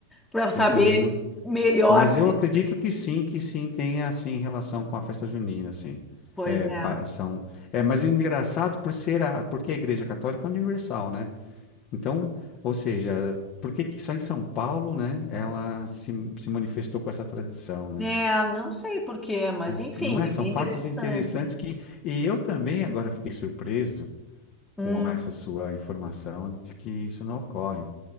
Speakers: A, in the centre; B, on the left.
A: para saber
B: Eu também não.
A: melhor
B: Mas eu
A: disso
B: acredito
A: aí.
B: que sim, que sim tenha assim relação com a festa junina, assim.
A: Pois
B: É,
A: é.
B: pa- são. É, mas o engraçado por ser a, porque a Igreja Católica é universal, né? Então, ou seja, por que que só em São Paulo, né, ela se, se manifestou com essa tradição, né?
A: É, não sei por quê, mas
B: E-
A: enfim,
B: Não é?
A: é
B: São
A: bem
B: fatos
A: interessante.
B: interessantes que... E eu também agora fiquei surpreso
A: Hum,
B: com essa sua informação de que isso não ocorre.